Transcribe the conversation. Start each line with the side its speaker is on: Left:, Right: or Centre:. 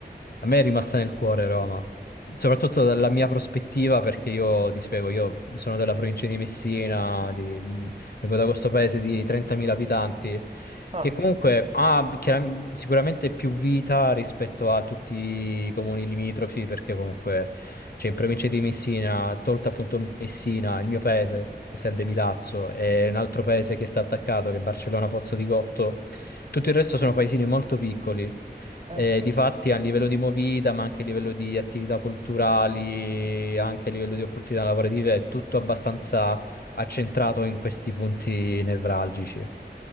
Left: a me è rimasta nel cuore Roma. Soprattutto dalla mia prospettiva, perché io ti spiego, io sono della provincia di Messina, di- vengo da questo paese di 30.000 abitanti,
Right: Ah,
Left: che comunque ha chiaram- sicuramente più vita rispetto a tutti i comuni limitrofi, perché comunque cioè in provincia di Messina, tolta appunto Messina, il mio paese, che serve Milazzo, e un altro paese che sta attaccato, che è Barcellona Pozzo di Gotto, tutto il resto sono paesini molto piccoli.
Right: eh,
Left: E
Right: sì.
Left: difatti a livello di movida, ma anche a livello di attività culturali, anche a livello di opportunità lavorative, è tutto abbastanza accentrato in questi punti nevralgici,